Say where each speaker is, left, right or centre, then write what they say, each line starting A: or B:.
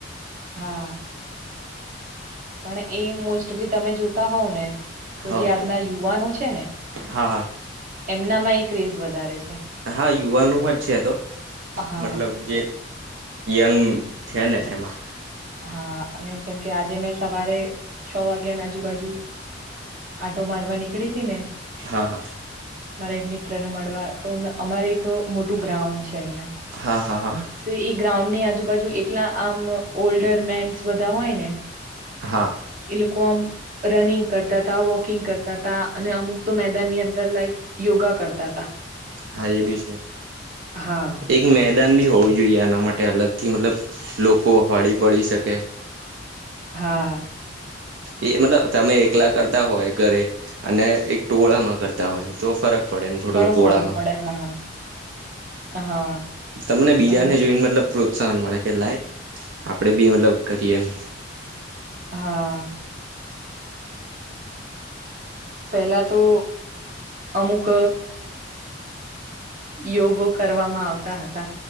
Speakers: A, on the right; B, on the right.
A: હા! પણ, એ મોસ્ટલી તમે જોતા હોવ ને તો
B: હા
A: જે આજના યુવાનો છે ને,
B: હા હા
A: એમનામાં એ ક્રેઝ વધારે છે.
B: હા યુવાનોમાં જ છે તો
A: હા
B: મતલબ જે યંગ છે ને એમાં,
A: હા અને કેમ કે આજે મેં સવારે છ વાગ્યાની આજુબાજુ, આંટો મારવા નીકળી હતી ને!
B: હા હા!
A: મારા એક મિત્ર ને મળવા તો, અમારે એક મોટું ગ્રાઉન્ડ છે.
B: હા
A: <inaudible>
B: હા હા
A: તો એ ગ્રાઉન્ડ ની આજુબાજુ એટલા આમ ઓલ્ડર મેન્સ બધા હોય ને!
B: હા!
A: અમુક આમ રનિંગ કરતા હતા, વોકિંગ કરતા હતા અને અમુક તો મેદાનની અંદર લાયક યોગા કરતા તા
B: હા એ ભી છે.
A: હા
B: એક મેચ દાન બી હોવું જોઈએ આના માટે અલગ થી, મતલબ લોકો હળી પડી શકે.
A: હા,
B: એ મતલબ તમે એકલા કરતા હોય ઘરે, અને એક ટોળામાં કરતા હોય તો, ફરક પડે એમ થોડો
A: ઘણો
B: ટોળામાં
A: ફરક પડે હા હા
B: તમને બીજાને
A: અને
B: જોઈ ને મતલબ પ્રોત્સાહન મળે કે, લાય આપડે બી મતલબ કરીએ એમ,
A: હા! પેલા તો અમુક! યોગો કરવામાં આવતા હતા.